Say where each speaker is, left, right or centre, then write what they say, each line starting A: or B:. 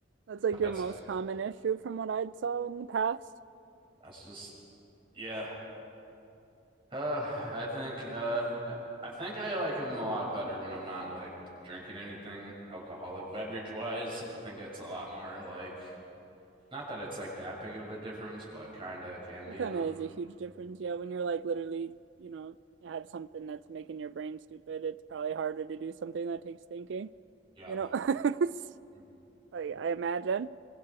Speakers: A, on the right; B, on the right.
A: That's like your
B: That's
A: most common issue from what I'd saw in the past.
B: that's just yeah. Uh, I think uh, I think I like him a lot better when I'm not like drinking anything alcoholic beverage wise. I think it's a lot more like not that it's like that big of a difference, but kind of can
A: It
B: be,
A: kind
B: you know.
A: of is a huge difference, yeah. When you're like literally, you know, have something that's making your brain stupid, it's probably harder to do something that takes thinking,
B: Yeah.
A: you know. <laughs>
B: Mm.
A: Like I imagine,